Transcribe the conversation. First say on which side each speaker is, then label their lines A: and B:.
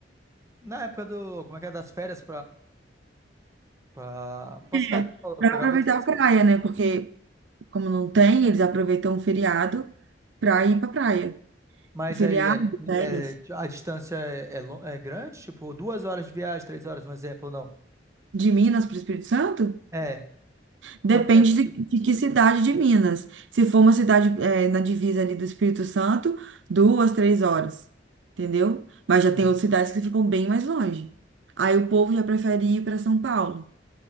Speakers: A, on the right; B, on the right.
A: na época do, como é que é, das férias Pra, pra cidade
B: é
A: que eu
B: para
A: acabei
B: aproveitar
A: de dizer.
B: a praia, né? Porque, como não tem, eles aproveitam o feriado para ir pra praia.
A: Mas
B: Feriado,
A: aí é,
B: férias.
A: é- a distância é, é, lo- é grande? Tipo, duas horas de viagem, três horas, um exemplo, ou não?
B: De Minas para o Espírito Santo?
A: É.
B: Depende
A: Quanto tempo?
B: de, de que cidade de Minas. Se for uma cidade eh, na divisa ali do Espírito Santo, duas, três horas. Entendeu? Mas já
A: Uhum.
B: tem outras cidades que ficam bem mais longe. Aí o povo já prefere ir para São Paulo.